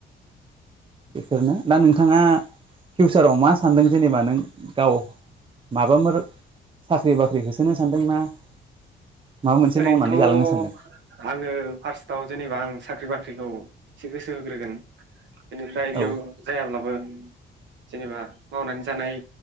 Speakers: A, on the right (about 25°); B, on the right (about 65°).
A: बेफोरनो दा नोंथाङा फिउचाराव मा सानदों जेनेबा नों गाव माबामोर साख्रि बाख्रि होसोनो सानदों ना <inaudible>
B: ओरैनोथ'
A: मावनानै जालांनो सानदों
B: आङो फार्स्टआव जेनेबा आं साख्रि बाख्रिखौ एसे गोसो होग्रोगोन बेनिफ्राय बेयाव
A: औ
B: जायाब्लाबो जेनेबा मावनानै जानाय